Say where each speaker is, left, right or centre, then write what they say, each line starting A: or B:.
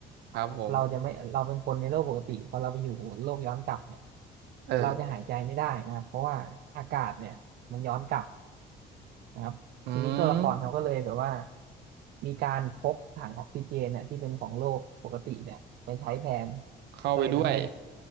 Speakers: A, on the right; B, on the right.
A: ครับผม
B: เราจะไม่เราเป็นคนในโลกปกติพอเราไปอยู่โลกย้อนกลับเนี่ย
A: เออ
B: เราจะหายใจไม่ได้นะครับเพราะว่าอากาศเนี่ยมันย้อนกลับนะครับทีนี้ตัวละครเขาก็เลยแบบว่า
A: อืม
B: มีการพกถังออกซิเจนเนี่ยที่เป็นของโลกปกติเนี่ยไปใช้แทน
A: เข้าไปด้วย
B: ก็เลยทำให้